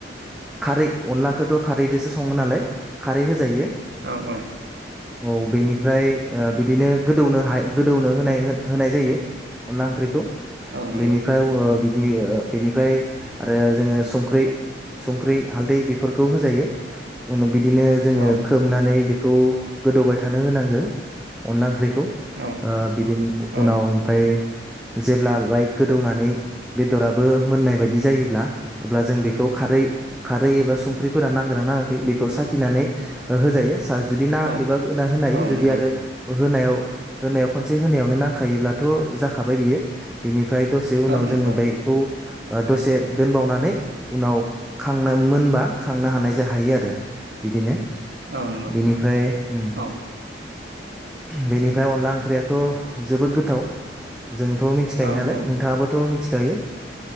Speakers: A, in the centre; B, on the right.
A: खारै अनलाखौथ' खारैदोसो सङो नालाय खारै होजायो
B: औ औ
A: औ बेनिफ्राय ओ बिदिनो गोदौनो हाय- गोदौनो होनाय होनाय जायो अनला ओंख्रिखौ
B: औ नंगौ
A: बेनिफ्राय वो बि बि ओ बेनिफ्राय आरो जोङों संख्रै संख्रै हालदै बेफोरखौ होजायो बिदिनो जोङो
B: औ
A: खोबनानै बिख खौ गोदौबाय थानो होनांगौ अनला ओंख्रैखौ ओ
B: औ
A: बिब
B: औ
A: उनाव ओमफाय जेब्ला बाय गोदौनानै बेदराबो मोननाय बायदि जायोब्ला अब्ला जों बेखौ खारै खारै एबा सं ख्रिफोरा नांगोना नाङाखै बेखौ साखिनानै ओ होजायो सा जुदि नाङाखैबा
B: औ
A: होना होनो हायो
B: औ
A: जुदि
B: नंगौ
A: आरो होनायाव होनायाव खनसे होनायावनो नांखायोब्लाथ' जाख खाबाय बियो बेनिफ फ्राय दसे उनाव
B: औ नंगौ
A: जोङो बैखौ ओ दसे दोनबावनानै उनाव खांनो मोनबा खांनो हानाय जा जाहैयो आरो बिदिनो।
B: औ नंगौ
A: बिनिफाय उं
B: औ
A: बेनिफ्राय अनला ओंख्रियाथ' जोबोद गोथाव। जोंथ' मिथिखायो
B: औ
A: नालाय
B: औ
A: नोंथाङाबो थ' मिथिखायो